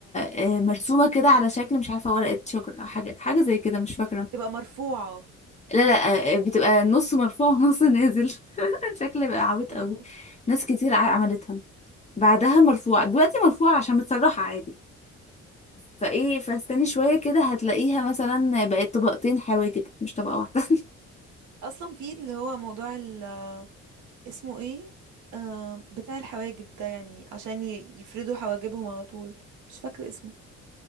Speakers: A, on the left (about 20°); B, on the right (about 75°).
A: آه، مرسومة كده على شكل مش عارفة ورقة شجر او حاجة حاجة زي كده مش فاكرة
B: تبقى مرفوعة
A: لا لا آه، بتبقى نص مرفوع ونص نازل <laughs> شكل بقى عبيط
B: اه
A: قوي ناس كتير ع- عملتها بعدها مرفوعة دلوقتي مرفوعة عشان متسرحة عادي فايه فاستني شوية كده هتلاقيها مثلا بقت طبقتين حواجب مش طبقة واحدة
B: اصلا في اللي هو موضوع ال- اسمه ايه آه بتاع الحواجب ده يعني عشان ي- يفردوا حواجبهم على طول مش فاكرة اسمه